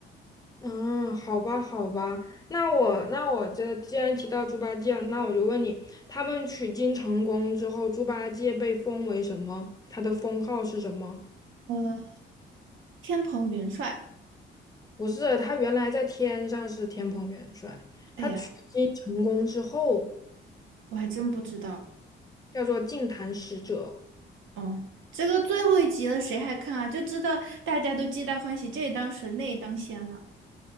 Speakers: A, on the left (about 20°); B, on the right (about 75°).
A: 嗯，好吧，好吧，那我那我这既然提到猪八戒了，那我就问你，他们取经成功之后，猪八戒被封为什么？他的封号是什么？
B: 呃，天蓬元帅，
A: 不是，他原来在天上是天蓬元帅，
B: 哎呀，
A: 他取经成功之后
B: 我还真不知道。
A: 叫做净坛使者。
B: 哦，这个最后一集了，谁还看啊？就知道大家都皆大欢喜，这也当神，那也当仙了，